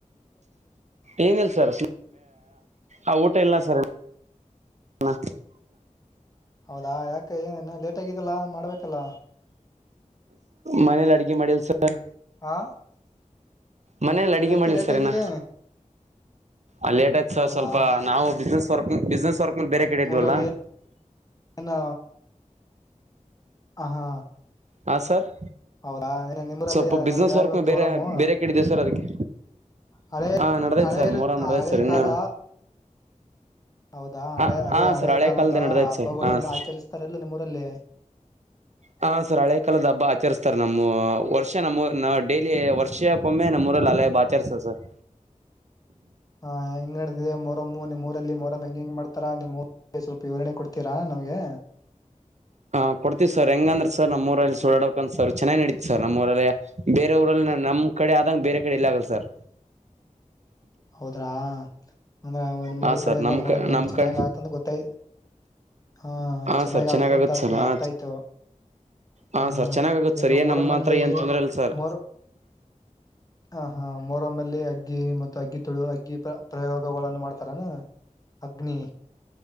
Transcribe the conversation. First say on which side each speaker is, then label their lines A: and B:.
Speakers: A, on the right; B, on the left.
A: ಏನಿಲ್ ಸರ್ ಸು ಆ ಊಟ ಇಲ್ಲ ಸರ್ ಇನ್ನ
B: ಹೌದಾ ಯಾಕ ಏನ ಲೇಟ್ ಆಗಿದ್ದಲ್ಲಾ ಮಾಡ್ಬೇಕಲ್ಲ.
A: ಮನೇಲಿ ಅಡುಗೆ ಮಾಡಿಲ್ ಸರ್.
B: ಹಾ
A: ಮನೇಲಿ ಅಡಿಗಿ
B: ಯಾಕೆ
A: ಮಾಡ್ಲಿಲ್ಲ
B: ಲೇಟ್
A: ಸರ್
B: ಆಗಿದೆ
A: ಇನ್ನ. ಅ ಲೇಟ್ ಆಯ್ತ್ ಸರ್
B: ಹೌದಾ
A: ಸ್ವಲ್ಪ ನಾವು ಬಿಸ್ನೆಸ್ <unintelligible> ಬಿಸ್ನೆಸ್ವರ್ಕ್. ನ್ ಬೇರೆ ಕಡೆ
B: ನಿಮ್ಮೂರಲ್ಲಿ
A: ಇದ್ವಲ್ಲ.
B: ಏನ ಹ ಹಾ
A: ಹಾ ಸರ್.
B: ಹೌದಾ ಏನು ನಿಮ್ಮರಲ್ಲಿ
A: ಸ್ವಲ್ಪ ಬಿಸ್ನೆಸ್
B: ನಡದ
A: ವರ್ಕ್
B: ಇವತ್ತು
A: ಮೇಲೆ ಬೇರೆ
B: ಮೊಹರಮ್ಮು.
A: ಬೇರೆ ಕಡೆ ಇದೀವಿ ಸರ್ ಅದಕ್ಕೆ
B: ಹಳೆ
A: ಹಾ ನಡ್ದೈತೆ
B: ಹಳೆ
A: ಸರ್
B: ಇರು
A: ಮೊರ ನಡ್ದೈತೆ
B: ಹಳೆ
A: ಸರ್ ಇನ್ನು
B: ಕಾಲ ಹೌದಾ
A: ಹಾ
B: ಹಳೆ ಅದೇ
A: ಹಾ
B: ಹಳೆ
A: ಸರ್
B: ಕಾಲದ
A: ನಡ್ದೈತೆ
B: ಹಬ್ಬಗಳನ್ನು
A: ಸರ್ ಹಾ ಸರ್
B: ಆಚರಿಸ್ತಾರಲ್ಲ ನಿಮ್ಮೂರಲ್ಲಿ
A: ಹಾ ಸರ್ ಹಳೆ ಕಾಲದ್ ಹಬ್ಬ ಆಚರಿಸ್ತಾರೆ ನಮ್ಮು ವರ್ಷ ನಮ್ಮೂರ್ ಡೈಲಿ ವರ್ಷಕ್ಕೊಮ್ಮೆ ನಮ್ಮೂರಲ್ಲಿ ಆಲಿ ಹಬ್ಬ ಆಚರಿಸ್ತಾರ ಸರ್.
B: ಹಾ ಹೆಂಗ್ ನಡದಿದೆ ಮೊರಮ್ಮು ನಿಮ್ಮೂರಲ್ಲಿ ಮೊರ್ಂ ಹೆಂಗ ಹೆಂಗ ಮಾಡ್ತಾರ ನಿಮ್ಮೂರ್ ಸ್ವಲ್ಪ ವಿವರಣೆ ಕೊಡ್ತೀರಾ ನಮ್ಗೆ
A: ಹಾ ಕೊಡ್ತೀವಿ ಸರ್ ಹೆಂಗಂದ್ರೆ ಸರ್ ನಮ್ಮೂರು- ಊರ್ಲ್ಲಿ ಸೋಡೌಕಂತ್ ಸರ್ ಚೆನ್ನಾಗ್ ನಡತಿ ಸರ್ ನಮ್ಮೂರಲ್ಲಿ ಬೇರೆ ಊರಲ್ಲಿ ನಮ್ಕಡೆ ಆದಂಗೆ ಬೇರೆ ಕಡೆ ಎಲ್ಲಾಗಲ್ಲ ಸರ್.
B: ಹೌದ್ರಾ ಅಂದ್ರ ನಿಮ್ಮೂರ್
A: ಹಾ
B: ಕಡೆ
A: ಸರ್
B: ಎಲ್ಲ
A: ನಮ್
B: ಮೊರಮ್
A: ಕ
B: ಜನ
A: ನಮ್
B: ಚೆನ್ನಾಗ್
A: ಕಡೆ
B: ಆತ್ ಅಂತ ಗೊತ್ತಾಯ್ ಹ
A: ಹಾ
B: ಚೆನ್ನಾಗ
A: ಸರ್ ಚೆನ್ನಾಗಾಗತ್
B: ಆಗ್ತದಂತ ಅ
A: ಸರ್ ಹಾ
B: ಅರ್ಥಯ್ತು
A: ಹಾ
B: ಹ
A: ಸರ್ ಚೆನ್ನಾಗಾಗತ್
B: ಏನ್ನು
A: ಸರ್ ಏನ್
B: ಮೊರಮಲ್ಲಿ
A: ನಮ್ಮ ಹತ್ರ ಏನ್ ತೊಂದ್ರೆ ಇಲ್ಲ ಸರ್
B: ಮೊರಂ ಹಾ ಹಾ ಮೋರಮ್ಮ ಲೆ ಅಗ್ಗಿ ಮ ಅಕ್ಕಿ ತೊಳಯುವಾಗ ಅಕ್ಕಿ ಪ್ರಯೋಗಗಳನ್ನು ಮಾಡ್ತಾರನಾ ಅಗ್ನಿ